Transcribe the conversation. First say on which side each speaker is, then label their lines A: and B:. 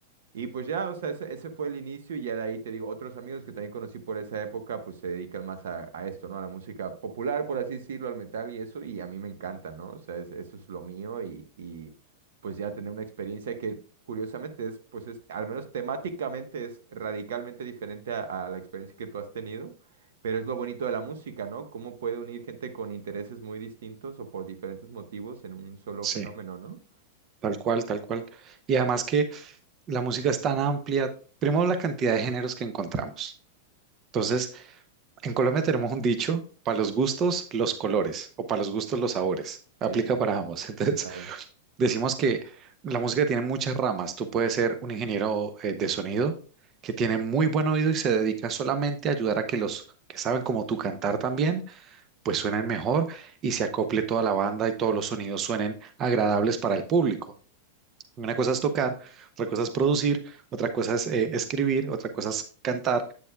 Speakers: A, on the right; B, on the right.
A: Y pues ya, o sea, ese, ese fue el inicio y ya de ahí te digo, otros amigos que también conocí por esa época, pues se dedican más a, a esto, ¿no? A la música popular, por así decirlo, al metal y eso, y a mí me encanta, ¿no? O sea, es- eso es lo mío y, y pues ya tener una experiencia que curiosamente es, pues es, al menos temáticamente es radicalmente diferente a, a la experiencia que tú has tenido, pero es lo bonito de la música, ¿no? Cómo puede unir gente con intereses muy distintos o por diferentes motivos en un solo
B: sí.
A: fenómeno, ¿no?
B: Tal cual, tal cual. Y además que la música es tan amplia. Primero, la cantidad de géneros que encontramos. Entonces, En Colombia tenemos un dicho, para los gustos, los colores, o para
A: Mm.
B: los gustos, los sabores. Aplica
A: Sí, sí, sí,
B: para ambos. <laughs> Entonces,
A: claro.
B: decimos que la música tiene muchas ramas. Tú puedes ser un ingeniero eh, de sonido que tiene muy buen oído y se dedica solamente a ayudar a que los que saben como tú cantar también, pues suenen mejor y se acople toda la banda y todos los sonidos suenen agradables para el público. Una cosa es tocar, otra cosa es producir, otra cosa es eh, escribir, otra cosa es cantar